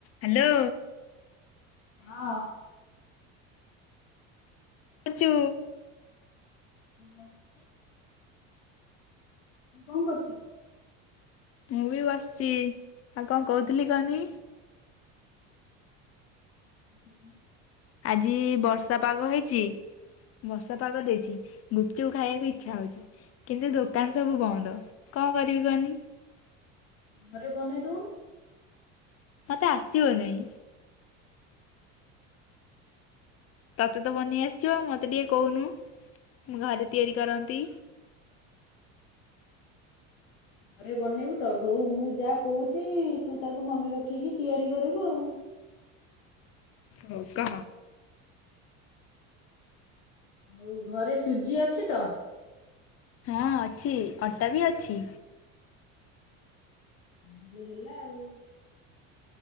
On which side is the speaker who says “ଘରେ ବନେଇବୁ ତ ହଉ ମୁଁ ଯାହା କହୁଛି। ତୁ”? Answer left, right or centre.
Left